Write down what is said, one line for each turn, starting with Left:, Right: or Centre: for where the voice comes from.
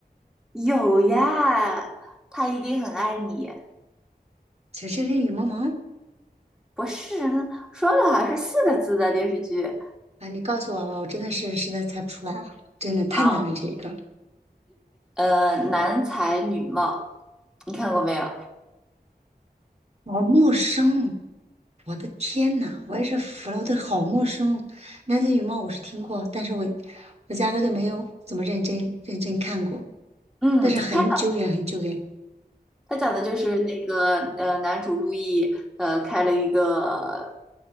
Centre: 有呀，他一定很爱你。
Right: 情深深雨蒙蒙
Centre: 不是说了好像是四个字的电视剧，
Right: 啊，你告诉我吧，我真的是实在猜不出来了，真的太难了这个。
Centre: 好，呃，男才女貌，你看过没有？
Right: 好陌生，我的天呐，我也是服了，我的好陌生。南拳女貌我是听过，但是我我压根就没有怎么认真认真看过，
Centre: 嗯，
Right: 但是很久远很久远。
Centre: 他。他讲的就是那个呃，男主陆毅呃开了一个